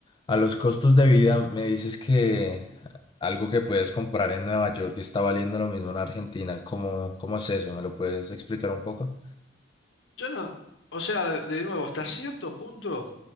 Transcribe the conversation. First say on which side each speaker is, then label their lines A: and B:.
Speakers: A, on the left; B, on the left.
A: a los costos de vida, me dices que algo que puedes comprar en Nueva York está valiendo lo mismo en Argentina. ¿Cómo, cómo es eso? ¿Me lo puedes explicar un poco?
B: Yo no, o sea, de nuevo, hasta cierto punto